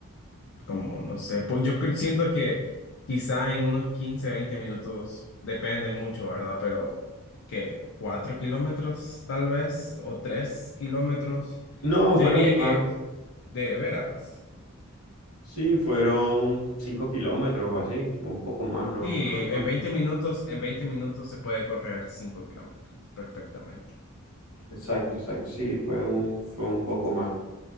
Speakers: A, on the left (about 60°); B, on the left (about 75°).
A: como no sé, pues yo cre- siento que quizá en unos 15, 20 minutos, depende mucho, ¿verdad? Pero ¿qué? ¿Cuatro kilómetros tal vez? ¿O tres kilómetros?
B: no,
A: Yo
B: fueron
A: diría
B: más.
A: que de veras,
B: Sí, fueron cinco kilómetros o así, o un poco más, no,
A: sí,
B: no, no,
A: en
B: no.
A: 20
B: no,
A: minutos, en 20 minutos se puede correr cinco kilómetros perfectamente.
B: Exacto, exacto. Sí, fue un, fue un poco más.